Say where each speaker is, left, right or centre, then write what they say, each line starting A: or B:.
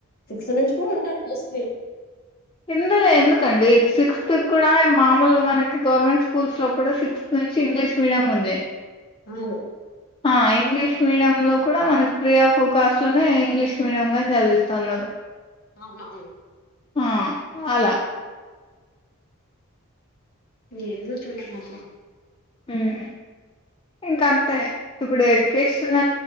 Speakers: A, on the left; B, on the left.
A: సిక్స్త్ నుంచి కూడా ఉంటారు మోస్ట్లీ
B: కిందనే ఎందుకండి సిక్స్త్ కూడా మామలుగా మనకి గవర్నమెంట్ స్కూల్స్ లో కూడా సిక్స్త్ నుంచి ఇంగ్లీష్ మీడియం ఉంది
A: అవును
B: ఆ ఇంగ్లీష్ మీడియం లో కూడా మనకు ఫ్రీ ఆఫ్ కాస్ట్ లోనే ఇంగ్లీష్ మీడియం గాని చదివిస్తా ఉన్నారు
A: అవునవును
B: ఆ అలా
A: ఏందో చదివిన అట్లా
B: హుమ్ ఇంకంతే ఇప్పుడు ఎడ్యుకేషన్